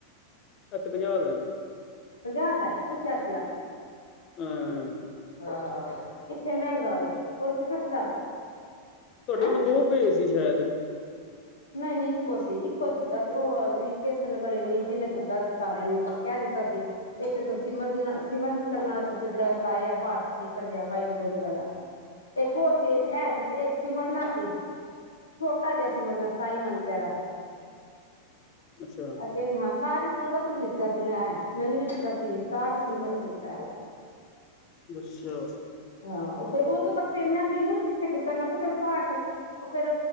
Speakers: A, on the left; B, on the left.
A: ਐਥੇ ਪੰਜਾਹ ਦਾ,
B: ਪੰਜਾਹ ਦਾ, ਪੁੱਛਿਆ ਸੀਗਾ।
A: ਹਾਂ,
B: ਹਾਂ, ਇੱਥੇ ਮਹਿੰਗਾ ਵੇ ਉਥੇ ਸੱ
A: ਤੁਹਾਡੇ
B: ਹੈਂ।
A: ਕੋਲ ਦੋ ਭੇਜ ਸੀ ਸ਼ਾਇਦ
B: ਨਹੀਂ-ਨਹੀਂ, ਇੱਕੋ ਸੀ ਇੱਕੋ ਦਿੱਤਾ ਸੀ, ਉਹ ਕਿਸਨ ਗਲੇ ਵੀਰ ਜੀ ਨੇ ਦਿੱਤਾ ਸੀ, ਸਾਰਿਆਂ ਨੂੰ ਇੱਕੋ ਕਹਿ ਦਿੱਤਾ ਦਿੱਤਾ ਸੀ, ਇੱਕ ਸਿਮਰਨ-ਸਿਮਰਨ ਕਰਨ ਵਾਸਤੇ ਸੀ, ਜਿਹੜਾ ਲਾਇਆ ਜਿਹੜਾ ਸਪੀਕਰ ਵਾਹਿਗੁਰੂ-ਵਾਹਿਗੁਰੂ ਆ।
A: <inaudible>
B: ਇੱਕੋ ਸੀ ਇੱਕ ਹੈਗਾ ਸੀ ਇੱਕ ਸਿਮਰਨਾ ਸੀ, ਛੋਟਾ ਜਿਹਾ ਸਿਮਰਨਾ ਸੀ। ਸਤਾਈ ਮਣਕਿਆ ਦਾ
A: ਅੱਛਾ
B: ਅਤੇ ਹੱਸ ਸਾਰੀ ਸੰਗਤ ਨੂੰ ਦਿੱਤਾ ਸੀ, ਨਾ ਮੈਨੂੰ ਵੀ ਦਿੱਤਾ ਸੀ ਇਹ ਸਾਰੀ ਸੰਗਤ ਨੂੰ ਦਿੱਤਾ ਐ।
A: ਅੱਛਾ।
B: ਹਾਂ ਉਹ ਫੇਰ ਉਦੋਂ ਤਾਂ ਆਪ ਮੈਂ ਯੂਜ ਕਿੱਥੇ ਕੀਤਾ, ਮੈਂ ਕਿਹਾ ਚੱਲ ਪਾਠ ਉਹ ਫੇਰ